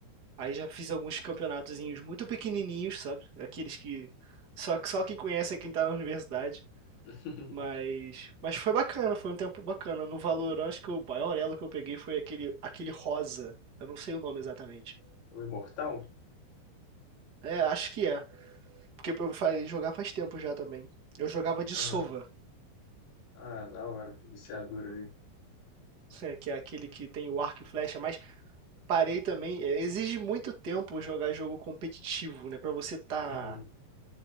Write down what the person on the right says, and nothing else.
Aí já fiz alguns campeonatozinhos muito pequenininhos, sabe? Aqueles que só, só quem conhece é quem tá na universidade.
Mas, mas foi bacana, foi um tempo bacana. No Valorant, acho que o maior elo que eu peguei foi aquele, aquele rosa. Eu não sei o nome exatamente.
É, acho que é. Porque eu falei jogar faz tempo já também. Eu jogava de
sova,
<laughs> né, que é aquele que tem o arco e flecha, mas parei também. é, Exige muito tempo jogar jogo competitivo, né? Pra você tá